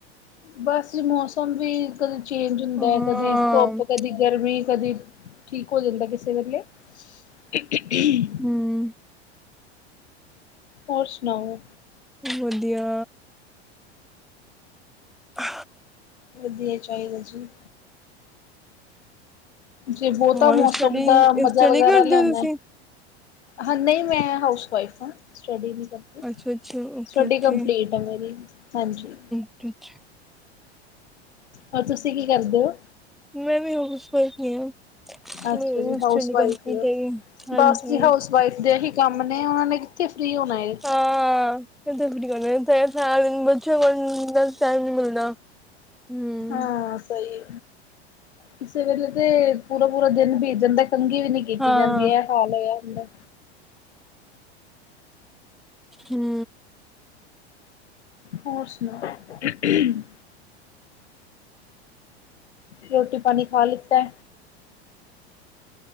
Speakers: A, on the left; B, in the centre.
A: ਬਸ ਜ ਮੌਸਮ ਵੀ ਕਦੇ ਚੇਂਜ ਹੁੰਦੈ,
B: ਹਾਂ
A: ਕਦੇ ਧੁੱਪ ਕਦੀ ਗਰਮੀ ਕਦੇ ਠੀਕ ਹੋ ਜਾਂਦੈ, ਕਿਸੇ ਵੇਲੇ <unintelligible>
B: ਹਮ
A: ਹੋਰ ਸੁਨਾਔ?
B: ਵਧੀਆ ਅ
A: ਵਧੀਆ ਈ ਚਾਈਦੈ ਜੀ। ਜੇ ਬੋਤਾ
B: ਹੋਰ
A: ਮੌਸਮ
B: ਸਟੱਡੀ
A: ਦਾ ਮਜਾ
B: ਸਟੱਡੀ
A: ਵਗੈਰਾ
B: ਕਰਦੇ
A: ਲੈਣੈ
B: ਹੋ ਤੁਸੀਂ
A: ਹਾਂ ਨਈ ਮੈਂ ਹਾਊਸਵਾਈਫ ਆਂ ਸਟੱਡੀ ਨੀ ਕਰ
B: ਅੱਛਾ ਅੱਛਾ ਓਕੇ
A: ਸਟੱਡੀ
B: ਓਕੇ
A: ਕੰਪਲੀਟ ਐ ਮੇਰੀ ਹਾਂਜੀ।
B: ਅੱਛਾ!
A: ਔਰ ਤੁਸੀ ਕੀ ਕਰਦੇ ਔ?
B: ਮੈਂ ਵੀ ਹਾਊਸ ਵਾਈਫ ਈ ਆਂ।
A: ਅੱਛਾ
B: ਮੇਰੀ
A: ਜੀ
B: ਵੀ
A: ਹਾਊਸ
B: ਸਟੱਡੀ
A: ਵਾਈਫ
B: ਕੰਪਲੀਟ
A: ਹੀ ਹੋ
B: ਹੈਗੀ ਹਾਂਜੀ।
A: ਬਸ ਜੀ ਹਾਊਸ ਵਾਈਫ ਦੇ ਹੀ ਕੰਮ ਨੇ ਔਨਾ ਨੇ ਕਿੱਥੇ ਫ੍ਰੀ ਹੋਣਾ ਏ।
B: ਹਾਂ <unintelligible> ਤੇ ਸਾਰਾ ਦਿਨ ਬਚੇ ਆ ਨਾਲੋਂ ਟੈਮ ਨੀ ਮਿਲਦਾ। ਹਮ
A: ਹਾਂ ਸਈ ਏ। ਕਿਸੇ ਵੇਲੇ ਤੇ ਪੂਰਾ-ਪੂਰਾ ਦਿਨ ਬੀਤ ਜਾਂਦਾ ਕੰਘੀ ਵੀ ਨੀ ਕਿਤੀ
B: ਹਾਂ
A: ਜਾਂਦੀ। ਐ ਹਾਲ ਹੋਇਆ ਹੁੰਦਾ।
B: ਹਮ।
A: ਹੋਰ ਸੁਣਾਔ? <unintelligible> ਰੋਟੀ ਪਾਣੀ ਖਾ ਲੀਤੈ?